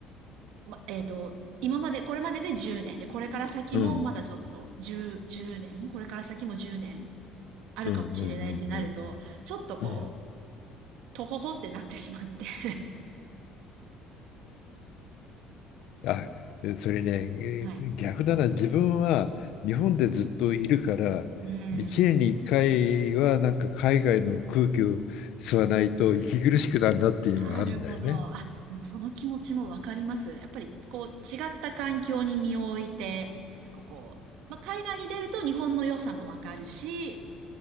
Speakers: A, on the right (about 75°); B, on the left (about 65°).
A: う、ま、えっと、今まで、これまでで10年で、これから先もまだちょっと10、
B: うん。
A: 年、これから先も10年あるかもしれないってなると、
B: うんうんうん
A: ちょっとこう、
B: うん、うん
A: とほほってなってしまって <laughs>
B: あ、それね、
A: はい。
B: えー逆だな、自分は日本でずっといるから、
A: うん。
B: 1年に1回はなんか海外の空気を吸わないと息苦しくなるなっていうのがあるんだよね。
A: あーなるほど。あ、でもその気持ちもわかります。やっぱりこう違った環境に身を置いて、なんかこう、まあ、海外に出ると日本の良さもわかるし、